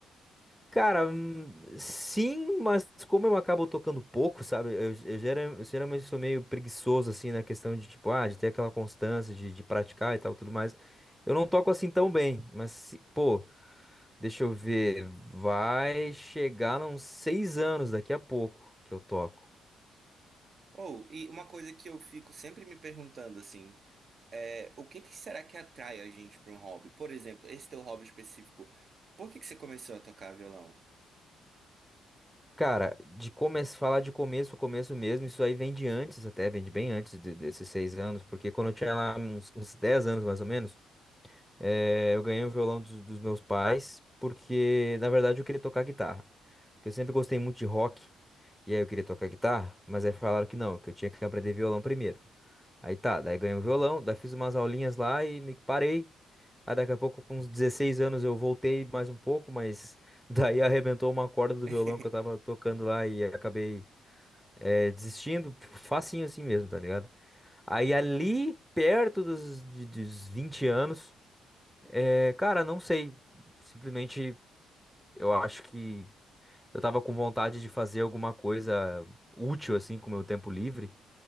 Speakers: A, in the centre; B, on the right (about 45°).
A: Cara, hum, sim, mas como eu acabo tocando pouco, sabe? Eu, eu gera- eu geralmente sou meio preguiçoso, assim, na questão de, tipo, ah, de ter aquela constância, de, de praticar e tal, tudo mais. Eu não toco assim tão bem, mas, se- pô, deixa eu ver, vai chegar a uns seis anos daqui a pouco que eu toco.
B: Ou, e uma coisa que eu fico sempre me perguntando, assim, é, o que que será que atrai a gente pra um hobby? Por exemplo, esse teu hobby específico, por que que você começou a tocar violão?
A: Cara, de começo, falar de começo, começo mesmo, isso aí vem de antes, até, vem de bem antes de- desses seis anos, porque quando eu tinha lá uns, uns 10 anos, mais ou menos, Eh, eu ganhei o violão dos, dos meus pais porque, na verdade, eu queria tocar guitarra. Porque eu sempre gostei muito de rock. E aí eu queria tocar guitarra, mas aí falaram que não, que eu tinha que aprender violão primeiro. Aí tá, daí ganhei o violão, daí fiz umas aulinhas lá e me parei. Aí daqui a pouco, com uns 16 anos, eu voltei mais um pouco, mas <laughs> daí arrebentou uma corda do
B: <laughs>
A: violão que eu tava tocando lá e acabei eh, desistindo, tipo, facinho assim mesmo, tá ligado? Aí ali, perto dos, de- dos 20 anos. É, cara, não sei. Simplesmente eu acho que eu tava com vontade de fazer alguma coisa útil assim com o meu tempo livre